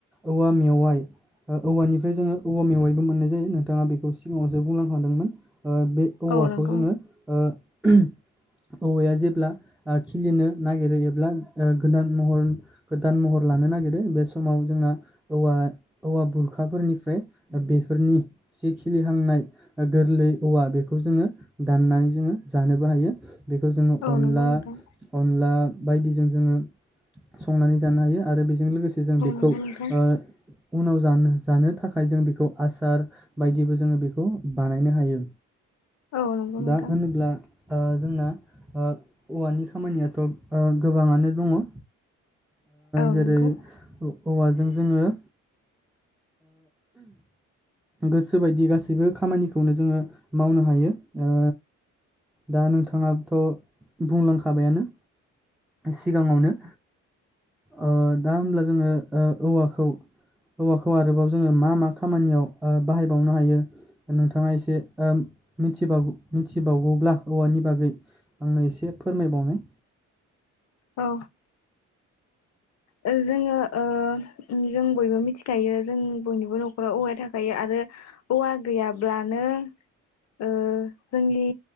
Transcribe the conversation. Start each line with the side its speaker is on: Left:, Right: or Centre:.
Centre: औवा मेवाइ औवानिफ्राय जोङो औवा मेवाइबो मोन्नाय जायो नों थाङा बेखौ सिगाङावसो बुंलां खादोंमोन। ओ बे औवाखौ
Left: औ नंगौ
Centre: जोङो ओ औवाया जेब्ला ओ खिलिनो नागिरो एब्ला ओ गोदान महर गोदान महर लानो नागिरो बे समाव जोंना औवा औवा बुरखाफोरनिफ्राय बेफोरनि जि खिलिहांनाय गोरलै औवा बेखौ जोङो दान्नानै जोङो जानोबो हायो। बेखौ जोङो
Left: औ
Centre: अनला
Left: नंगौ नोंथां
Centre: अनला बायदिजों जोङो संनानै जानो हायो आरो बेजों लोगो से जों
Left: औ
Centre: बेखौ
Left: नंगौ
Centre: ओ
Left: नोंथां
Centre: उनाव जानो जानो थाखाय जों बेखौ आसार बायदिबो जोङो बेखौ बानायनो हायो।
Left: औ नंगौ नोंथां
Centre: दा होनोब्ला ओ जोंना ओ औवानि खामानियाथ ओ गोबाङानो दङ। ओ
Left: औ
Centre: जेरै
Left: नंगौ
Centre: औवाजों जोङो ओ गोसो बायदि गासैबो खामानिखौनो जोङो मावनो हायो। ओ दा नोंथाङाथ बुंलांखाबायानो सिगाङावनो। ओ दा होमब्ला जोङो ओ औवाखौ औवाखौ आरोबाव जोङो मा मा खामानियाव ओ बाहायबावनो हायो नोंथाङा एसे ओ मिथिबावग-मिथिबावगौब्ला औवानि बागै आंनो एसे फोरमायबावनाय।
Left: औ। ओ जोङो ओ जों बयबो मिथिखायो जों बयनिबो नखराव औवाया थाखायो आरो औवा गैयाब्लानो ओ जोंनि